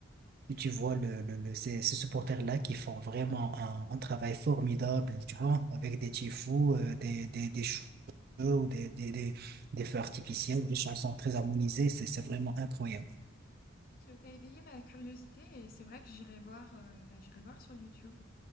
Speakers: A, on the right; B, on the left.
A: et tu vois le, le, le- ces, ces supporters-là qui font vraiment un, un travail formidable, tu vois, avec des tifos,
B: Écoute,
A: euh, des, des, des shows, ou des, des, des, des feux artificiels, des chansons très harmonisées, c'est, c'est vraiment incroyable.
B: écoute, t'as éveillé ma curiosité et c'est vrai que j'irai voir, euh, bah, j'irai voir sur YouTube.